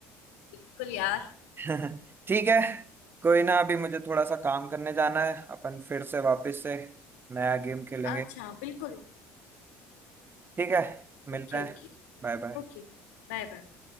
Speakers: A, on the left (about 80°); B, on the right (about 30°).
A: बिल्कुल यार
B: <laughs> ठीक है कोई ना अभी मुझे थोड़ा सा काम करने जाना है अपन फिर से वापस से नया गेम खेलेंगे
A: अच्छा बिल्कुल
B: ठीक है मिलते
A: Okay
B: हैं
A: okay
B: Bye bye
A: Okay Bye bye